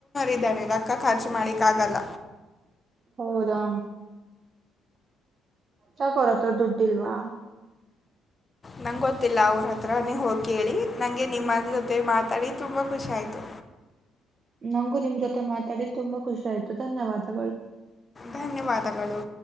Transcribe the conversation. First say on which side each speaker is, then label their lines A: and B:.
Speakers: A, on the left; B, on the right.
A: ಇದಾರೆ ರಕ್ಕ ಖರ್ಚು ಮಾಡಿ ಕ್ಕಾಗಲ್ಲ
B: ಹೌದಾ ಯಾಕ್ ಅವರತ್ರ ದುಡ್ಡಿಲ್ವಾ
A: ನಂಗೆ ಗೊತ್ತಿಲ್ಲ ಅವ್ರ ಹತ್ರಾನೇ ಹೋಗಿ ಕೇಳಿ ನಂಗೆ ನಿಮ್ಮ ಜೊತೆ ಮಾತಾಡಿ ತುಂಬಾ ಖುಷ ಆಯ್ತು
B: ನಂಗು ನಿಮ್ ಜೊತೆ ಮಾತಾಡಿ ತುಂಬಾ ಖುಷಿ ಆಾಯ್ತು ಧನ್ಯವಾದಗಳು
A: ಧನ್ಯವಾದಗಳು